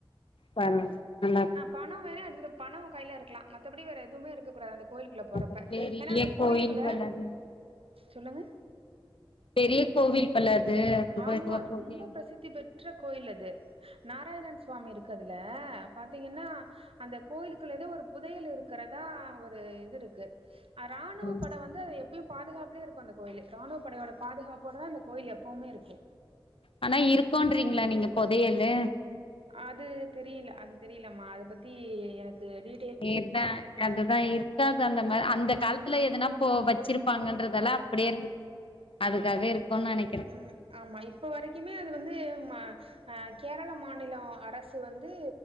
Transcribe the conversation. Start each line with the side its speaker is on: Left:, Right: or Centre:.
Left: பரவால்ல நல்லாதா
Right: பணம் வேணா எடுத்துட்டு பணம் கைல இருக்கலா மத்தபடி வேற எவுமே இருக்ககூடாது அந்த கோயிலுக்குள்ள போறப்ப
Left: அப்ப பெரிய
Right: ஏன்னா அந்த கோயிலுக்குள்ள
Left: கோயில் போல அது
Right: சொல்லுங்க
Left: பெரிய கோவில் கள் அது ரொம்ப
Right: ஆமா
Left: இதுவா போது
Right: ரொம்ப பிரசித்தி பெற்ற கோயில் அது நாராயணன் சுவாமி இரு க்கு அதுல பாத்திங்கனா அந்த கோயிலுக்குள்ள ஏதோ ஒரு புதையல் இருக்கிறதா ஒரு இது இருக்கு அது ராணுவ
Left: ம்
Right: படை வந்து அது எப்பயு பாதுகாப்புலயே இருக்கு அந்த கோயிலு ராணுவ படையோட பாதுகாப்போட தா அந்த கோயில் எப் பவுமே இருக்கு
Left: ஆனா இருக்குன்றீங்களா நீங்க பொதையலு
Right: அது தெரியில அது தெரியிலமா அத பத்தி எனக்கு டீ
Left: ஏதா அதுதா இருக்காது அந்த மா அந்த காலத்துல எதனா போ வச்சிருப்பாங்கன்றதால அப்டியே இருக்கு அதுக்காகவே இருக்குன்னு நெனைக்
Right: ம் ஆமா இப்ப வரைக்குமே அது வந்து மா ஆ கேரள மாநிலோ அரசு வந்து